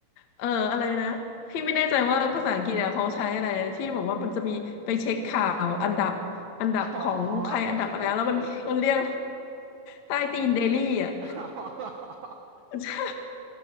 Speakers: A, on the left; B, on the right.
A: เอออะไรนะ พี่ไม่แน่ใจว่าภาษาอังกฤษเนี่ยเขาใช้อะไรนะที่บอกว่ามันจะมีไปเช็คข่าวอันดับอันดับของใครอันดับอะไร
B: อ๋ออ๋อตัวเช็คแรงกิ้ง
A: แล้วมัน <laughs> มันเรียกใต้ตีนเดลี่อ่ะ
B: อ๋อ
A: ใช่